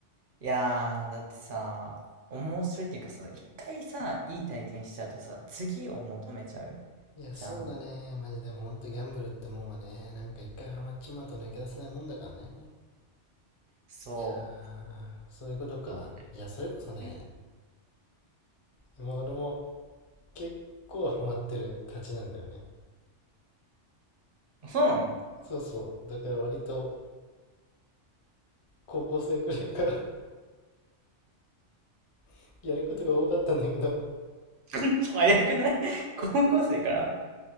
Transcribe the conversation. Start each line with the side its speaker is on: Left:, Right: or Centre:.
Right: いやー、だってさ、面白いっていうかさ、一回さ、いい体験しちゃうとさ、次を求めちゃう
Left: いや、
Right: じゃん。
Left: そうだね。マジでもうほんとギャンブルってもんはね、なんか一回ハマっちまうと抜け出せないもんだからね。
Right: そ
Left: いやー、そういうことか。
Right: う。ど
Left: いや、それこそね、
Right: う
Left: 今俺も結構ハマってるたちなんだよね。
Right: そうなの
Left: そうそう。だから割と高校生くらいから <laughs> やることが多かったんだけど、
Right: <laughs> 早くない <laughs> 高校生から